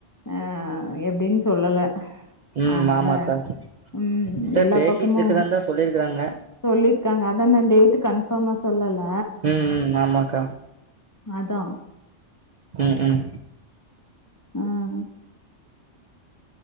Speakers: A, on the left (about 30°); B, on the right (about 60°).
A: ஆஹ் எப்டின்னு சொல்லல
B: ம்
A: அதனால
B: ஆமாக்கா
A: உம்
B: அக்கா
A: எல்லா
B: பேசிட்டு
A: பக்கமு
B: இருக்கிறந்தா சொல்லிருக்கறாங்க
A: சொல்லிருக்காங்க அதா இன்னு டேட்டு கன்ஃபாமா சொல்லல
B: ம் ம் ஆமாக்கா
A: அதா
B: உம் உம்
A: ஆஹ்